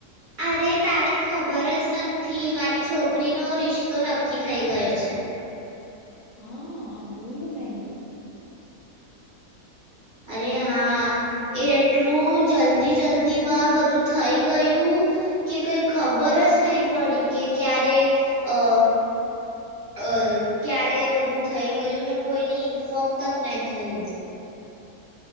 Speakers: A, on the right; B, on the left.
A: અરે તારે ખબર જ નથી મારી છોકરીનો રિશ્તો નક્કી થઈ ગયો છે.
B: હા જોયું મેં અ.
A: અરે હા. એ એટલું જલ્દી જલ્દી માં બધું થઈ ગયું, કે કઈ ખબર જ નહી પડી કે ક્યારે, અ અ ક્યારે બધું થઈ ગયું ને કોઈને ઇન્ફોર્મ તક નહી થયું.